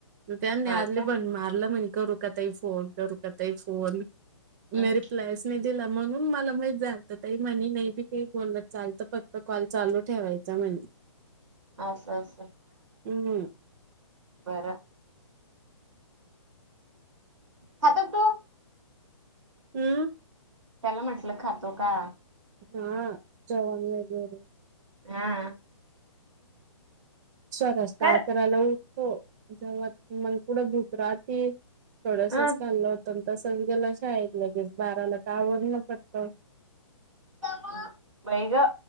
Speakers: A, on the right; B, on the right.
A: म त्यांनी
B: हा
A: आले
B: का?
A: पण मारलं म्हणे करू का ताई फोन, करू का ताई फोन मी
B: हम्
A: रिप्लायचं नाही दिला म्हणून मला माहित झालत ताई म्हणी नाही बी काही बोलला चालत फक्त कॉल चालू ठेवाय चा म्हणे.
B: अस अस
A: हम्म
B: बर. खातो का तु?
A: हम्म.
B: त्याला म्हटलं खातो का?
A: हा जेवण वैगरे
B: हा.
A: स्वरस्ता
B: कर
A: अकराला ऊठ हो जेव्हा मग पुुढं भुक राती, थोडसच
B: अ
A: खाल्लं होतं तसंच गेला शाळेत लगेच बाराला तर आवरलं पटकन.
B: बाई ग